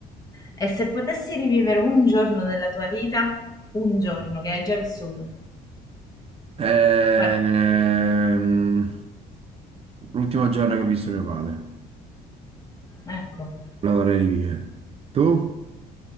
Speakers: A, on the left; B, on the right.
A: E se potessi rivivere un giorno della tua vita, un giorno che hai già vissuto,
B: ehm,
A: guarda,
B: l'ultimo giorno che ho visto mio padre,
A: ecco,
B: lo vorrei rivivere. Tu?